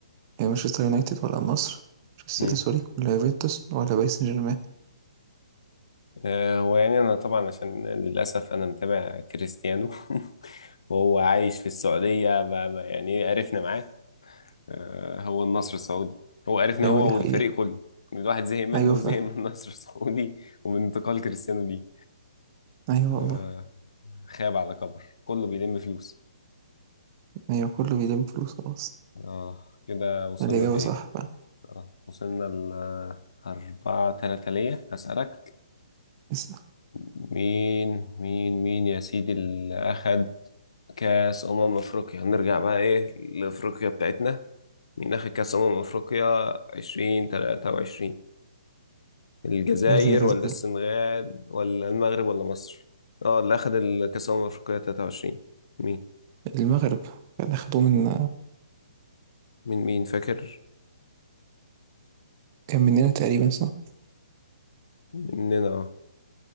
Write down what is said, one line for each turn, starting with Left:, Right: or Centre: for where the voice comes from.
Right: يعني مانشستر يونايتد ولا النصر مش السيتي
Left: امم
Right: سوري ولا يوفنتوس ولا باريس سان جيرمان
Left: آه، هو يعني انا طبعا عشان للاسف انا متابع كريستيانو <laughs> وهو عايش في السعوديه ب- ب- يعني عرفنا معاه آه، هو النصر السعودي هو عرفنا
Right: ايوه
Left: هو
Right: دي حقيقة
Left: والفريق كله الواحد زهق منه
Right: ايوه
Left: وزهق
Right: فا
Left: من النصر السعودي ومن انتقال كريستيانو ليه
Right: ايوه
Left: آه،
Right: والله
Left: خاب على كبر كله بيلم فلوس
Right: ايوه كله بيلم فلوس خلاص
Left: اه كده وصلنا
Right: الاجابة
Left: لايه
Right: صح فا
Left: اه وصلنا ل أربعة تلاتة ليا هسألك
Right: اسأل.
Left: مين مين مين يا سيدي اللي أخد كاس أمم أفريقيا هنرجع بقى إيه لأفريقيا بتاعتنا مين أخد كاس أمم أفريقيا 2023 الجزائر
Right: إيه اللي جز-
Left: ولا السنغال ولا المغرب ولا مصر اه اللي أخد الكاس أمم أفريقيا 23 مين
Right: المغرب كان اخدوه من
Left: مين مين فاكر
Right: كان مننا تقريبا صح
Left: مننا اه